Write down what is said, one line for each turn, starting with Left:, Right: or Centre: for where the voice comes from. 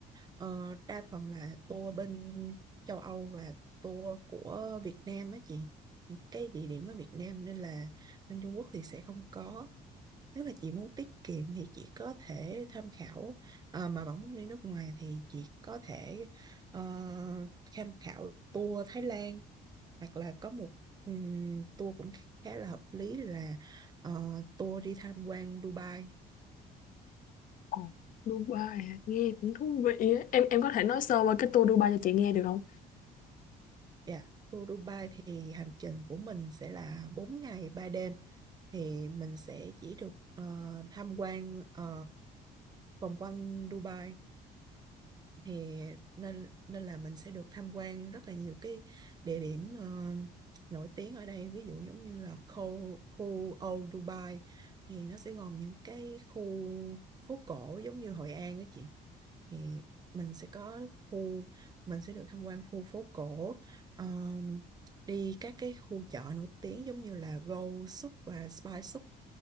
Right: ờ, đa phần là tour bên châu Âu và tour của Việt Nam á chị những cái địa điểm ở Việt Nam nên là bên Trung Quốc thì sẽ không có nếu mà chị muốn tiết kiệm thì chị có thể tham khảo Ờ, mà vẫn muốn đi nước ngoài thì chị có thể ờ, tham khảo tour Thái Lan hoặc là có một ừm, tour cũng khá là hợp lý là ờ, tour đi tham quan Dubai
Left: Ồ, Dubai à? nghe cũng thú vị á. Em em có thể nói sơ qua cái tour Dubai cho chị nghe được không?
Right: Dạ, tour Dubai thì hành trình của mình sẽ là bốn ngày ba đêm thì mình sẽ chỉ được ờ, tham quan ờ, vòng quanh Dubai thì nên nên là mình sẽ được tham quan rất là nhiều cái địa điểm ờ, nổi tiếng ở đây ví dụ giống như là khu khu Old Dubai thì nó sẽ gồm những cái khu phố cổ giống như Hội An đó chị thì mình sẽ có khu mình sẽ được tham quan khu phố cổ ờ, đi các cái khu chợ nổi tiếng giống như là Gold Souk và Spice Souk